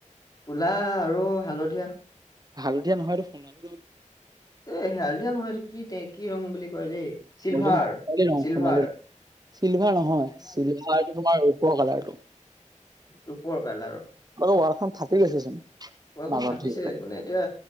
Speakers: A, on the left; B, on the right.
A: কলা আৰু হালধীয়া।
B: হালধীয়া নহয় এই সোনালী
A: এ হাল দিয়া নহয়টো কি তে কি ৰং বুলি কয় দেই। চিলভাৰ
B: সোণালী ৰং
A: চিলভাৰ
B: সোনালী ৰং‌ চিলভাৰ নহয় চিলভাৰ তোমাৰ ৰূপৰ কালাৰটো
A: ৰূপৰ কালৰ
B: ওৱাল খন‌ ফাটি গৈছে চোন।
A: ভৰিখন
B: মাজত
A: ফাটিছে
B: ধৰি পেলাই।
A: মানে এতিয়া